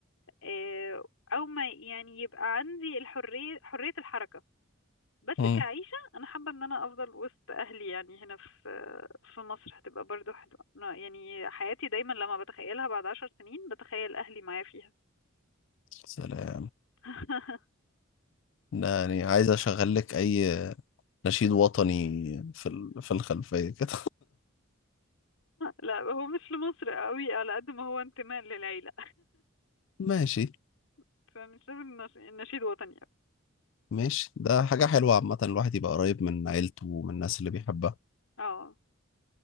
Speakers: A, on the left; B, on the left.
A: آه، او ما يعني يبقى عندي الحرية حرية الحركة بس
B: مم.
A: كعيشة أنا حابة إن أنا أفضل وسط أهلي يعني هنا في في مصر هتبقى برضو حلوة أنا يعني حياتي دايما لما بتخيلها بعد عشر سنين بتخيل أهلي معايا فيها
B: سلام
A: <laughs>
B: لا يعني عايز اشغل لك اي نشيد وطني في ال- في الخلفيه كده
A: لا هو مش لمصر قوي على قد ما هو انتماء للعيلة
B: <laughs> ماشي
A: <laughs> فمش لازم نش- نشيد وطني قوي
B: ماشي ده حاجه حلوه عامه الواحد يبقى قريب من عيلته ومن الناس اللي بيحبها
A: اه